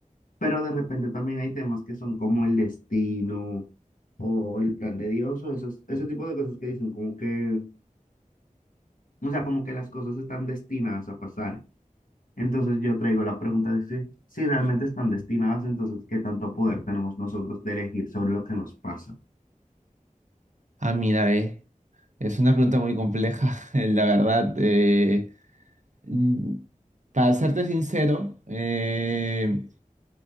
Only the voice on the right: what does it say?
ah, mira, ve. Es una pregunta muy compleja, <laughs> eh, la verdad. Eh, mm, para serte sincero, eh,